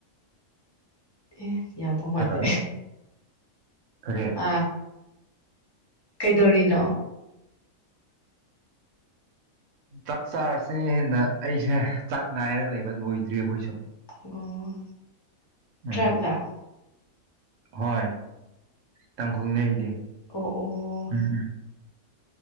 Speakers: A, on the left (about 30°); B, on the right (about 70°).
A: ꯍ ꯌꯥꯗꯧ ꯃꯥꯟꯗꯦ
B: ꯍꯜꯂꯣ ꯀꯔꯤ
A: ꯑ ꯀꯩꯗꯧꯔꯤꯅꯣ
B: ꯆꯥꯛ ꯆꯥꯔꯁ ꯍꯦꯟꯅ ꯑꯩꯁꯦ ꯆꯥꯛ ꯉꯥꯏꯔ ꯂꯩꯕ ꯂꯣꯏꯗ꯭ꯔꯦ ꯑꯩꯈꯣꯏꯁꯨ
A: ꯑꯣ
B: ꯎꯝ
A: ꯇ꯭ꯔꯦꯚꯂꯔ
B: ꯍꯣꯏ ꯇꯥꯡꯈꯨꯜꯅꯦ ꯑꯩꯗꯤ
A: ꯑꯣ ꯑꯣ
B: ꯎꯝ ꯎꯝ